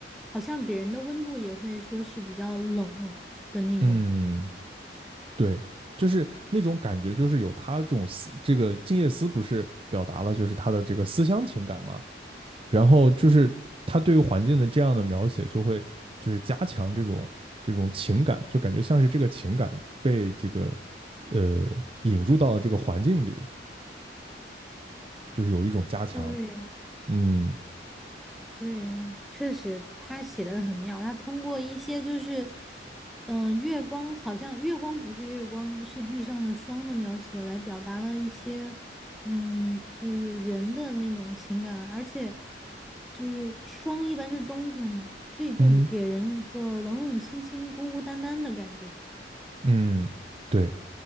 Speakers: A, in the centre; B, on the right (about 30°).
A: 好像给人的温度也会说是比较冷的那种。
B: 嗯，对，就是那种感觉，就是有他这种思，这个静夜思不是表达了就是他的这个思乡情感嘛，然后就是他对于环境的这样的描写，就会就是加强这种这种情感，就感觉像是这个情感被这个呃引入到了这个环境里，就是有一种加强。
A: 对，
B: 嗯
A: 对，确实他写的很妙。他通过一些就是，嗯、月光好像月光不是月光，是地上的霜的描写，来表达了一些，嗯，就是人的那种情感。而且，就是霜一般是冬天嘛，所以就给人一个冷冷清清、
B: 嗯
A: 孤孤单单的感觉。
B: 嗯，对，